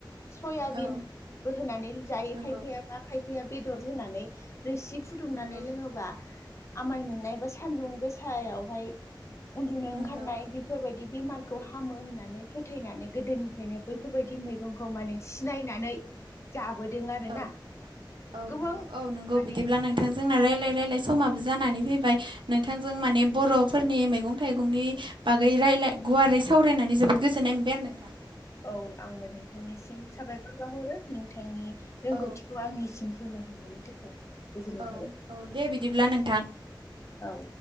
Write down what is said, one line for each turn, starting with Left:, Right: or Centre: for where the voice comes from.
Left: सयाबिनबो
Right: औ
Left: होनानै जायो
Right: नंगौ
Left: खायफैाया बा खायफैया बेदर नानै रोसि फुदुंनानै
Right: नंगौ
Left: लों बा आमाय मोननाय बा सान्दुं गोसायावहाय उन्दुनो
Right: नंगौ
Left: ओंखारनाय फोरफोरबायदि बेमारखौ हामो होननानै फोथायनानै गोदोनिफ्रायनो बैफोरबायदि मैगंखौ माने सिनायनानै जाबोदों आरो
Right: औ
Left: ना।
Right: औ
Left: गोबां
Right: नंगौ औ नंगौ।
Left: माने
Right: बिदिब्ला नो थां जोंना रायजलाय रायलाय समाबो जानानै फैबाय नोंथांजों माने बर'फोरनि मैगं थाइगंनि बागै रायलाय गुवारै सावरायनानै जोबोद गोजोननाय मोनबाय आरो नोंथां।
Left: औ आंबो नोंथांनिसिम साबायखर बाहरो नोंथांनि रोंगौथिखौ
Right: औ
Left: आंनिसिम फोरमायहरनायनि थाखाय। गोजोननाय
Right: औ
Left: थाबाय
Right: औ दे बिदिब्ला नोंथां।
Left: औ।